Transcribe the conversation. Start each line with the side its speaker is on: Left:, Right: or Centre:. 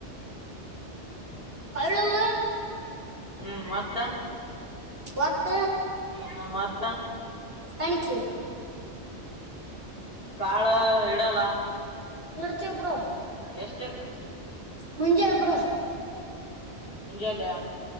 Right: ಕಳಲ್ಲ
Left: ಹ್ಮ್ ಮತ್ತ
Right: ಒಟ್ಟ
Left: ಹ ಮತ್ತ
Right: ಕಣಿಕಿ
Left: ಕಾಳ ಇಡಲ್ಲ
Right: ಇಡ್ತೊಬ್ರು
Left: ಎಷ್ಟಕ್ಕ
Right: ಮುಂಜೆ ಬ್ರೋ
Left: ಹುಂಜಾಲ